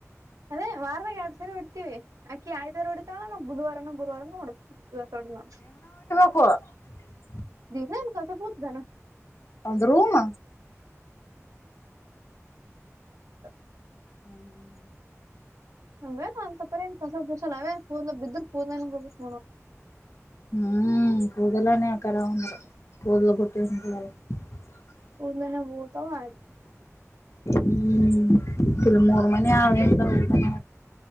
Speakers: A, on the right (about 85°); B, on the left (about 60°).
A: ಅದೇ ವಾರದಾಗ ಎರಡ್ ಸರ ಇಡ್ತಿವಿ ಅ ಆಕಿ <unintelligible> ಇಡತಾವಳ ನಾವು ಬುಧವಾರನ ಗುರುವಾರನ ನೋಡ್ ತ ಕೊಡ್ನಾ <unintelligible>
B: ಹ <unintelligible>
A: <unintelligible> ಎನಕತ ಭುತದಾನ
B: ಒಂದ್ ರೂಮ್
A: <unintelligible>
B: ಹ್ಮ್
A: ಹಂಗೇಡ ಅ ತಪ್ಪರ ಏನ್ ಫಸಲ್ <unintelligible> ಅವೇ ಪೂ ಬಿದ್ರ ಕೂದಾನ ಬದು <unintelligible>
B: ಹ್ಮ್ ಕೂದಲನಕರಂದ <unintelligible> <unintelligible>
A: <unintelligible> ಆಯ್ತ್
B: ಹ್ಮ್ ತ ಮೂರು ಮನೀ ಅವ ಊಟ ಮಾಡಕತನ